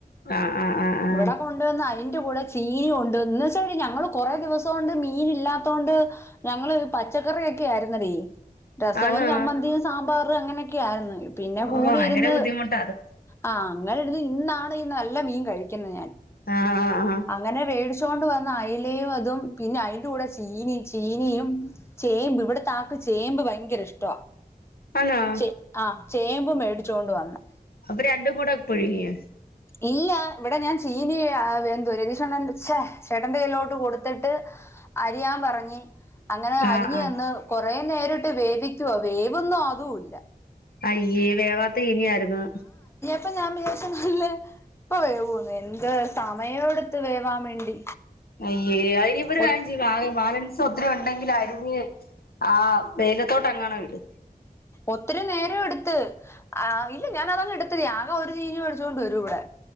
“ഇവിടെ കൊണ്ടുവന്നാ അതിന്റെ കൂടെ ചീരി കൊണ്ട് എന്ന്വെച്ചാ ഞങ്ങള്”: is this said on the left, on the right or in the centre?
Left